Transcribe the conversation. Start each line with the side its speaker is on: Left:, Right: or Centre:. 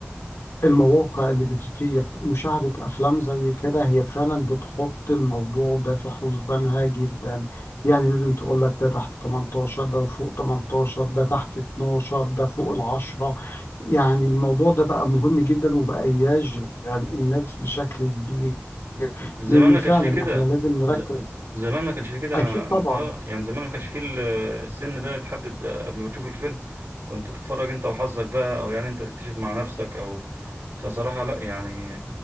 Left: المواقع اللي بتتيح مشاهدة أفلام زي كده هي فعلا بتحط الموضوع ده في حسبانها جدا يعني لازم تقول لك ده تحت 18 ده فوق 18 ده تحت 12 ده فوق العشرة يعني الموضوع ده بقى مهم جدا وبقى يشغل الناس بشكل كبير
Right: ز- زمان
Left: لأن
Right: ما
Left: فعلا
Right: كانش فيه كده
Left: احنا لازم نركز
Right: ز- زمان ما كانش فيه كده أنا-
Left: أكيد طبعا
Right: اه يعني زمان ما كانش فيه ال- السن ده يتحدد آه، قبل ما تشوف الفيلم كنت بتتفرج انت وحظك بقى او يعني انت تكتشف مع نفسك او فصراحة لا يعني